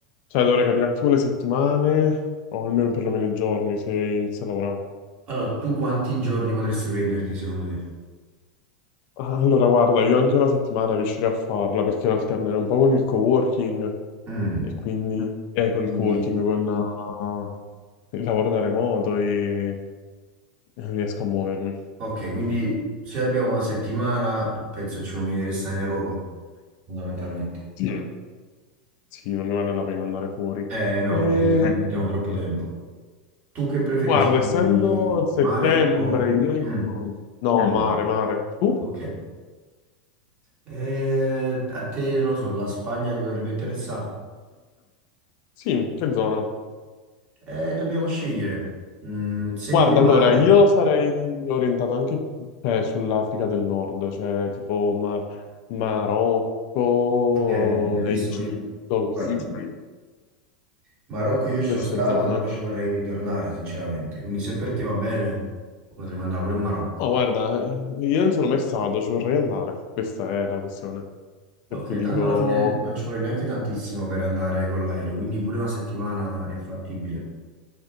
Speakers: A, on the left; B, on the right.
A: cioè, dovrei capire un attimo le settimane, o almeno perlomeno i giorni, se inizio a lavorare.
B: Allora, tu quanti giorni potresti prenderti secondo te?
A: Ah, Allora, guarda, io anche una settimana riuscirei a farla perché la alternerò un po' con il coworking
B: Mm,
A: e quindi eh, con
B: Quindi,
A: il coworking, con ah, il lavoro da remoto e e riesco a muovermi.
B: ok, quindi se abbiamo una settimana, penso ci conviene restare in Europa, fondamentalmente.
A: Sì, sì, non ne vale la pena andare fuori.
B: Eh no,
A: Eh, E
B: perché se no
A: Eh.
B: perdiamo troppo tempo. Tu che preferisci,
A: Guarda, essendo a settembre,
B: mare o...
A: io...
B: mm,
A: No,
B: dimmi.
A: mare, mare. Tu?
B: Ok. Eh, a te, non lo so, la Spagna ti potrebbe interessare?
A: Sì, che zona?
B: Eh, dobbiamo scegliere. Mm, se
A: Guarda,
B: vuoi mare,
A: allora, io sarei orientato anche eh, sull'Africa del Nord, cioè tipo Mar- Marocco,
B: è bellissimo.
A: Egitto,
B: Io-
A: quest-
B: Guarda, Marocco io ci
A: queste
B: sono stato,
A: zone.
B: però ci vorrei ritornare, sinceramente. Quindi se per te va bene, potremmo andare pure in Marocco.
A: No, guarda, eh, io non sono mai stato, ci vorrei andare. Questa è la questione.
B: Ok,
A: Per cui dico...
B: tanto alla fine non ci vuole neanche tantissimo per andare con l'aereo, quindi pure una settimana è fattibile.